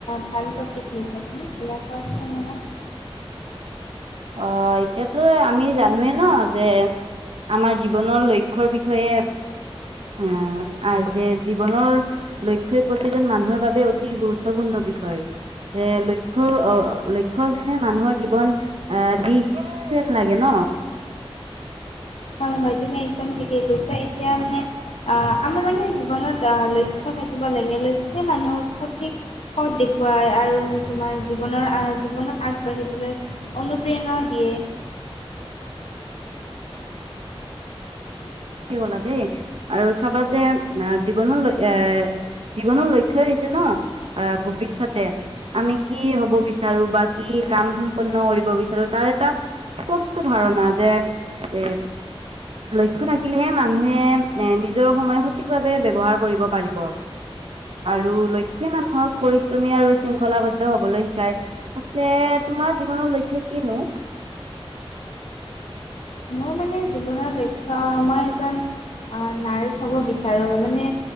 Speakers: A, on the left; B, on the right.
A: ভাল টপিক লৈছা তুমি এতিয়া কোৱাচোন অকমান
B: অহ', এতিয়াতো আমি জানোৱে ন যে আমাৰ জীৱনৰ লক্ষ্যৰ বিষয়ে অহ', আৰু যে জীৱনৰ লক্ষ্যই প্ৰতিজন মানুহৰ বাবে অতি গুৰুত্বপূৰ্ণ। বিষয় যে লক্ষ্য লক্ষ্য যেনে মানুহৰ জীৱন আহ, যিখিন যেন লাগে ন,
A: হয় হয় তুমি একদম ঠিকেই কৈছা এতিয়া মানে অ আমাৰ মানে জীৱনত লক্ষ্য, থাকিব লাগে লক্ষ্যই মানুহৰ সঠিক, সৎ দেখুৱায় আৰু তোমাৰ জীৱনৰ জীৱনত আগবাঢ়িবলৈ অনুপ্ৰেৰণা দিয়ে। কে
B: <inaudible> হলা দেই আৰু চাবা যে জীৱন লক্ষ্য এ জীৱনৰ লক্ষ্য আহিছে ন আহ ভৱিষ্যয়তে আমি কি হব বিচাৰো বা কি কাম সম্পন্ন কৰিব বিচাৰো তাৰ এটা স্পষ্ট ধাৰণা যে-যে লক্ষ্য থাকি থাকিলেহে মানুহে এ নিজৰ সময় সঠিকভাৱ ব্যৱহাৰ কৰিব পাৰিব আৰু লক্ষ্য‌ই মানুহক পৰিশ্ৰমী আৰু শৃংখলাবদ্ধ হবলৈ শিকায় আছে তোমাৰ জীৱনৰ লক্ষ্য কিনো
A: মোৰ মানে জীৱনৰ লক্ষ্য মই এজন আহ, নাৰ্ছ হ'ব বিচাৰো। মানে